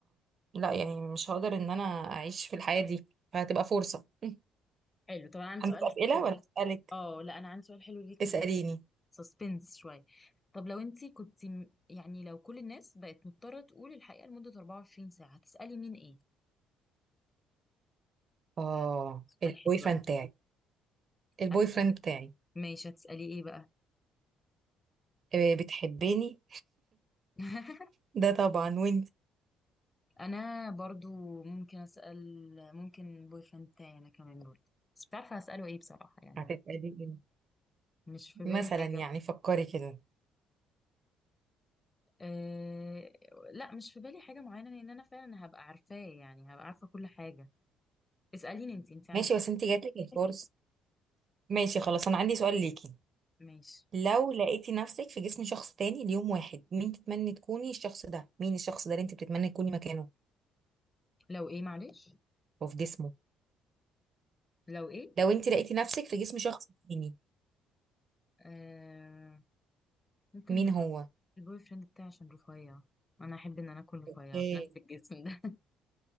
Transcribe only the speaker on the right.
لا يعني مش هقدر ان انا اعيش في الحياه دي فهتبقى فرصه <laughs>
عندك
اسئله
ولا اسالك
اساليني
اه
البوي
فريند
بتاعي البوي
فريند بتاعي
آه، بتحبيني
ده طبعا وانت
هتسالي ايه
مثلا
يعني
فكري كده
ماشي بس
انت جاتلك
الفرصة
ماشي خلاص انا عندي سؤال ليكي
لو لقيتي نفسك في جسم شخص تاني ليوم واحد مين تتمني تكوني الشخص ده مين الشخص ده اللي انت بتتمني تكوني مكانه
او في جسمه
لو انت لقيتي نفسك في جسم شخص تاني
مين
هو
اوكي